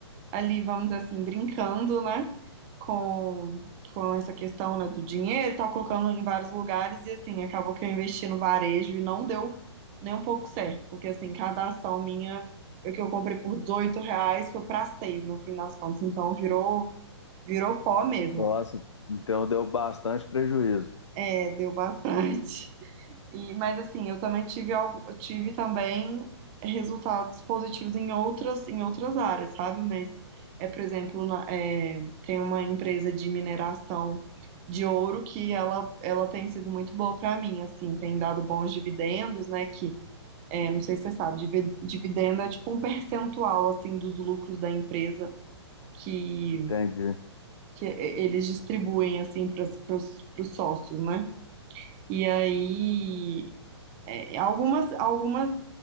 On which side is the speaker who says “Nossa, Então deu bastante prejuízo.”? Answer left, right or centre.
Left